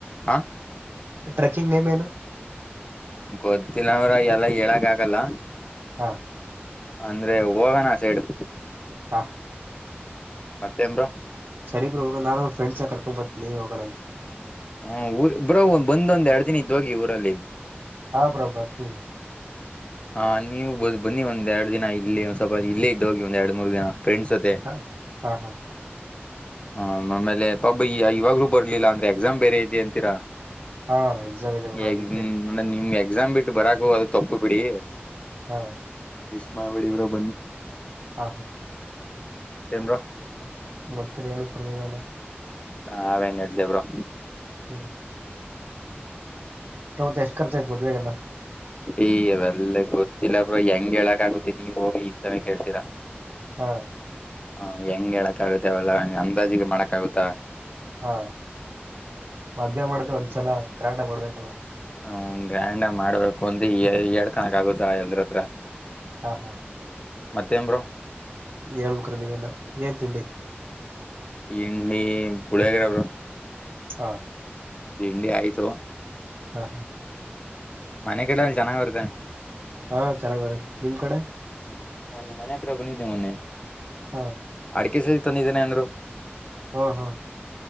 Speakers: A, on the left (about 30°); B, on the right (about 65°).
A: ಆಾಂ
B: ಟ್ರೆಕ್ಕಿಂಗ ನೇಮೇನು
A: ಗೊತ್ತಿಲ್ಲ ಅವ್ರ ಎಲ್ಲ ಹೇಳಾಗ ಆಗಲ್ಲ
B: ಹಾ
A: ಅಂದ್ರೆ ಹೋಗಣ ಸೈಡು
B: ಹಾ ಹಾ
A: ಮತ್ತೆಂಬ್ರ
B: ಸರಿಬ್್ರ ಹೋಗ ನು ಫ್ರೆ್ಸ ಕರ್ಕೊ ಬರ್ತಿನನಿೋಗಣ ಅಂತ
A: ಹ್ಮ್ ಬ್ರೋ ಒ್ಂದೊಂದ್ ಎರಡ್ ದಿನ ಇದ ಹೋಗಿ ಊರಲ್ಲಿ
B: ಹಾ ಪ್ರಭಾತ
A: ಹ ನೀವು ಬ್ ಬನ್ನಿ ಒಂದ್ ಎರಡ್ ದಿನ ಇಲ್ಲಿ ಒಂದ್ ಸ್ವಲ್ಪ ಇಲ್ಲೇ ಇದ್ದ ಹೋಗಿ ಒಂದ್ ಎರಡ್ ಮೂರ್ ದಿನ ಫ್ರೆಂಡಂಡ್ಸ್ ಹೊತೆ
B: ಹಾ <unintelligible>
A: ಹ ಆಮೇಲೆ ಪಾಬ ಇವಾಗ್ಲೂ ಬರ್ಲಿಲ್ಲ ಅಂದ್ರೆ ಎಕ್ಸಾಮ್ ಬೇರೆ ಇದೆ ಅಂತೀರಾ
B: ಹಾ ಎಕ್ಸಾಮ್ ಇದೆ ಬ್ರೋ
A: ಎ
B: ಅದಿಕ್ಕೆ
A: ನ ನಿಮ್ ಎಕ್ಸಾಮ್ ಬಿಟ್ಟು ಬರಾಕ ಅದು ತಪ್ಪ ಬಿಡಿ
B: ಹಾ
A: ಮಿಸ ಮಾಡಬಡಿ ಇಬ್ರು ಬನ್ನಿ
B: ಹಾ ಹಾ
A: ತೆ್ರ
B: ಮತ್ತಿನ ಏಳು ಪ್ರದಲ್ಲ
A: ಹ ಅವೇನ್ ಹಡ್್ದೇಬ್ರು
B: ಹ್ಮ ಪ್ರ ಎಷ್ಟುಖರ್ಚಯ್ತದುೇಗ ಎಲ್ಲ
A: ಏ ಅವಲ್ಲ ಗೊತ್ತಿಲ್ಲ ಬ್ರ ಹೆಂಗ್ ಹೇಳಕ್ ಆಗುತ್ತೆ ನೀವ್ ಹೋಗಿ ಇಂತಾನೇ ಕೇಳ್ತೀರಾ
B: ಹಾ
A: ಹ ಹೆಂಗ್ ಹೇಳಕ್ ಆಗುದೇವಲ್ಲ ಅಂದಾಜಿಗೆ ಮಾಡಕ್ ಆಗುತ್ತಾ
B: ಹಾ ಮದುವೆ ಮಾಡ್ದೆ ಒಂದ್ಸಲ ಕರಾಂಟಾಗಿ ಮಾಡಡ್ಬೇಕಲ್ಲ
A: ಹ್ಮ ಗ್ರ್ಯಾಂಡ್ ಮಾಡ್ಬೇಕು ಅಂದು ಎರಡ್ ಕಣಕ್ ಆಗುದಾ ಎಲ್ರ ಹತ್ರ
B: ಹಾ ಹಾ
A: ಮತ್ತೇಂಬರು
B: ಹೇಳ್ಬೇಕ್ರ ನೀವೆಲ್ಲಾ ಏನ್ ತಿಂಡಿ
A: ಇನ್ನ ಪುಳಿಯಗರ ಅವ್ರ
B: ಹಾ
A: ತಿಂಡಿ ಆಯ್ತು
B: ಹಾಂ ಹಾ
A: ಮನೆ ಕಡೆಯಲ್ಲಿ ಚನಾಗಾಗಿ ಇರ್ತಾನೆ
B: ಹಾ ಚೆನ್ನಾಗ ರೀ ನಿಮ್ ಕಡೆ
A: ಹ ನಿ ಮನೆ ಹತ್ರ ಬಂದಿದ್ದೆ ಮೊೆ
B: ಹಾ
A: ಅಡಿಕೆ ಸದ ತಂದಿದ್ದೇನೆ ಅಂದ್ರು
B: ಹಾ ಹಾ